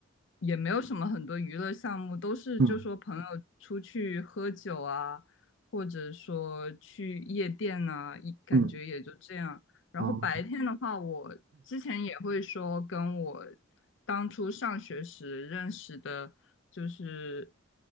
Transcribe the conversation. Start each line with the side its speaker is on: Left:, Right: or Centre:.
Left: 也没有什么很多娱乐项目，都是就说朋友出去喝酒啊，
Right: 嗯
Left: 或者说去夜店呐，一感觉也就这样。
Right: 嗯嗯
Left: 然后白天的话，
Right: 哦
Left: 我之前也会说跟我当初上学时认识的，就是